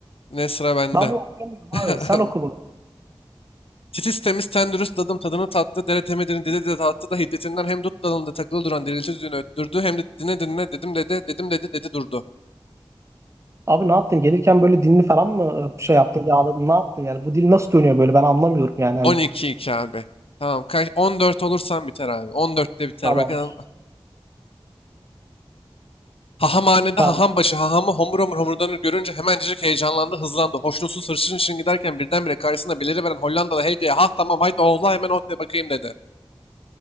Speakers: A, on the left; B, on the right.
A: Yine sıra bende.
B: ben bunu okuyamıyorum
A: <laughs>
B: abi sen oku bunu
A: Titiz temiz ten dürüst dadım tadını tattı, dere temedini dedi de tattı da hiddetinden hem dut dalında takılı duran dirilti düğünü öttürdü hem de dine dinle dedim dedi dedim dedi dedi durdu.
B: abi ne yaptın gelirken böyle dilini falan mı e, şey yaptın yağladın ne yaptın yani bu dil nasıl dönüyor böyle ben anlamıyorum yani hani
A: 12 iki iki abi. Tamam kaç 14 olursan biter abi. 14'te biter
B: Tamamdır.
A: bakalım. Hahamhanede
B: Sen.
A: haham başı hahamı homur homur homurdanır görünce hemencecik heyecanlandı hızlandı. Hoşnutsuz hırçın için giderken birdenbire karşısında beliriveren Hollandalı Helga'ya ha tamam haydi oğla hemen ot bakayım dedi.